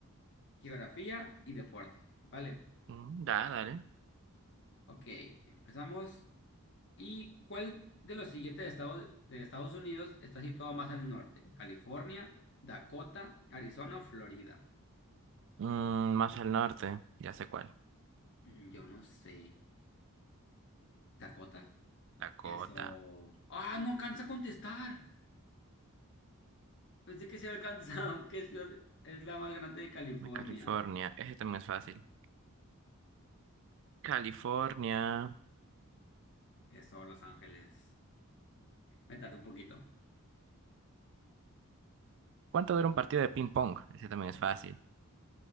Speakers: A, on the left (about 55°); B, on the right (about 55°).
A: geografía y deporte. Vale.
B: mm, da, dale.
A: Ok. Empezamos. ¿Y cuál de los siguientes estados de Estados Unidos está situado más al norte? California, Dakota, Arizona o Florida.
B: Mm, más al norte, ya sé cuál.
A: Mm, Yo no sé. ¿Dakota?
B: Dakota.
A: Eso. ¡Ah, no alcanza a contestar! Pensé que se había alcanzado. <laughs> ¿Qué ciudad es la más grande de California?
B: California, ese también es fácil. California.
A: Eso, Los Ángeles. Me tardé un poquito.
B: ¿Cuánto dura un partido de ping pong? Ese también es fácil.